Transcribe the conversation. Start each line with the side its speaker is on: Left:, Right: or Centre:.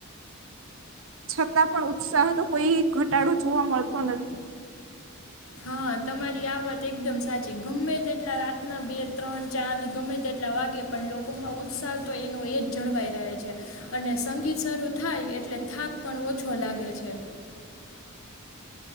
Right: છતાં પણ ઉત્સાહ તો કોઈ ઘટાડો જોવા મળતો નથી
Left: હા તમારી આ વાત એકદમ સાચી ગમે તેટલા રાતના બે ત્રણ ચાર ગમે તેટલા વાગે પણ લોકોમાં ઉત્સાહ તો એનો એ જ જળવાઈ રહે છે અને સંગીત શરૂ થાય એટલે થાક પણ ઓછો લાગે છે